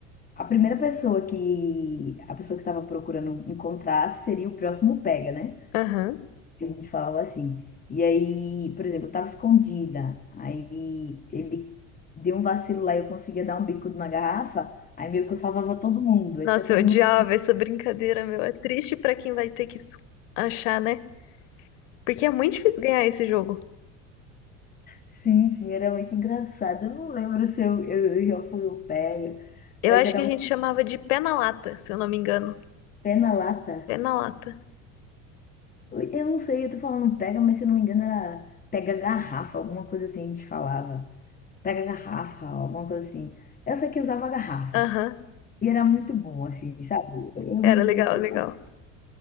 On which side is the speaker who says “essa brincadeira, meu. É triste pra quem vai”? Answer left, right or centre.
Left